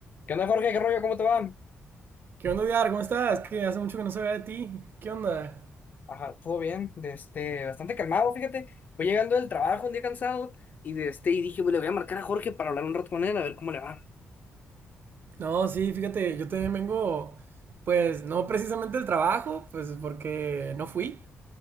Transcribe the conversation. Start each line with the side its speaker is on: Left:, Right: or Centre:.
Left: ¿Qué onda, Jorge? ¿Qué rollo? ¿Cómo te va?
Right: ¿Qué onda, Edgar? ¿Cómo estás? Que hace mucho que no sabía de ti. ¿Qué onda?
Left: Ajá, todo bien, de este, bastante calmado, fíjate. Voy llegando del trabajo un día cansado y, de este, y dije, "Bueno, le voy a marcar a Jorge para hablar un rato con él, a ver cómo le va.
Right: No, sí, fíjate, yo también vengo, pues no precisamente del trabajo, pues porque no fui.